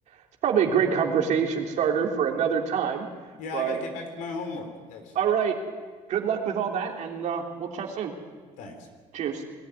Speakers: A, on the right (about 65°); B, on the left (about 85°).
A: it's probably a great conversation starter for another time.
B: Yeah,
A: But
B: I got to get back to my homework, actually.
A: All right. Good luck with all that, and uh, we'll chat soon.
B: Thanks.
A: Cheers.